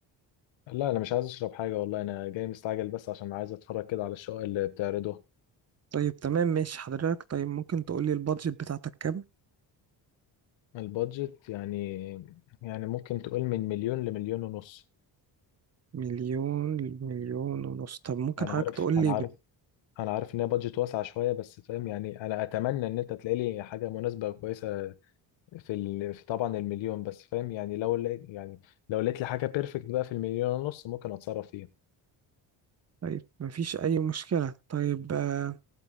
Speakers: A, on the left; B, on the right.
A: لا انا مش عايز اشرب حاجه والله انا جاي مستعجل بس عشان عايز اتفرج كده على الشقق اللي بتعرضوها
B: طيب تمام ماشي حضرتك طيب ممكن تقولي البادجت بتاعتك كام
A: البادجت يعني يعني ممكن تقول من مليون لمليون ونص
B: مليون مليون ونص طب ممكن
A: انا
B: حضرتك
A: عارف
B: تقولي
A: انا عارف
B: بت...
A: انا عارف ان هي بادجت واسعه شويه بس فاهم يعني انا اتمنى ان انت تلاقي لي حاجه مناسبه وكويسه في ال... في طبعا المليون بس فاهم يعني لو لقيت يعني لو لقيت لي حاجه بيرفكت بقى في المليون ونص ممكن اتصرف فيها
B: طيب مفيش أي مشكلة طيب آه،